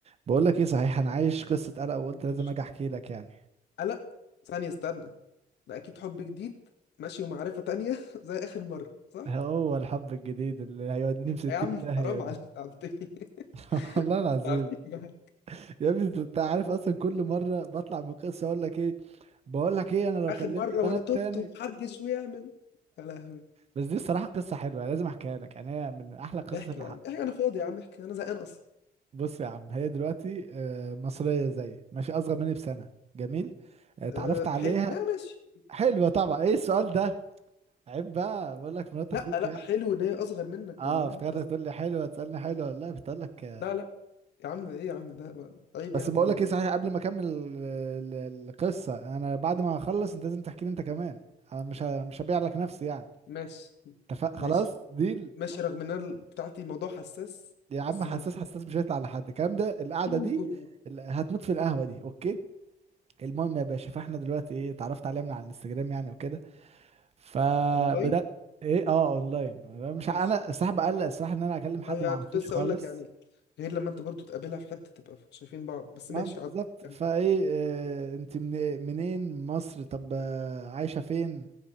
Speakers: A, on the right; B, on the left.
A: بقول لك ايه صحيح انا عايش قصة قلق وقلت
B: قول يا
A: لازم
B: باشا
A: اجي احكي لك يعني
B: قلق ثانية استنى ده أكيد حب جديد ماشي ومعرفة تانية <laughs> زي آخر مرة صح؟
A: هو الحب الجديد اللي هيوديني في 60
B: يا عم
A: داهية
B: حرام
A: ده
B: عليك تعبتني <laughs>
A: <laughs> والله العظيم
B: تعبتني
A: يا ابني انت أنت عارف اصلا كل مرة بطلع من قصة اقول لك ايه بقول لك ايه انا لو
B: آخر
A: كلمت
B: مرة
A: بنات
B: وأنا تبت
A: تاني
B: ومحدش ويعمل يا لهوي
A: بس دي الصراحة قصة حلوة يعني لازم احكيها لك يعني هي من احلى القصص
B: احكي
A: اللي
B: يا
A: حق.
B: عم احكي أنا فاضي يا عم احكي أنا زهقان أصلا
A: بص يا عم هي دلوقتي آه، مصرية زي ماشي اصغر مني بسنة جميل آه، اتعرفت
B: أه
A: عليها
B: حلو يا ماشي
A: حلوة طبعا ايه السؤال ده عيب بقى بقول لك مرات اخوك
B: لا لا
A: يعني
B: حلو إن هي أصغر منك
A: اه
B: والله
A: افتكرت
B: أصلا
A: هتقول لي حلوه تسالني حلوه لا كنت اقول لك
B: لا لا يا عم إيه يا عم ده عيب
A: بس
B: يعني
A: بقول
B: دي
A: لك
B: يعني.
A: ايه صحيح قبل ما اكمل ال- ال- القصه انا بعد ما اخلص انت لازم تحكي لي انت كمان انا مش ه- مش هبيع لك نفسي يعني
B: ماشي
A: اتفق خلاص
B: ماشي
A: ديل
B: ماشي رغم إن أنا بتاعتي موضوع حساس
A: يا
B: بس
A: عم حساس
B: ماشي
A: حساس مش هيطلع لحد الكلام ده القعده
B: <clears throat>
A: دي
B: قول
A: ال- هتموت في القهوه دي اوكي المهم يا باشا فاحنا دلوقتي ايه اتعرفت عليها من على الانستجرام يعني وكده فبدات
B: أونلاين
A: ايه اه اونلاين أنا مش
B: ماشي
A: ع- انا الصراحه بقلق الصراحه ان انا اكلم حد
B: اه يعني
A: ما اعرفوش
B: كنت لسه
A: خالص
B: اقول لك يعني غير لما انت برضو تقابلها في حته تبقى شايفين بعض بس
A: ما
B: ماشي
A: بالظبط
B: عدي كمل
A: فايه آه انت من منين مصر طب آه، عايشه فين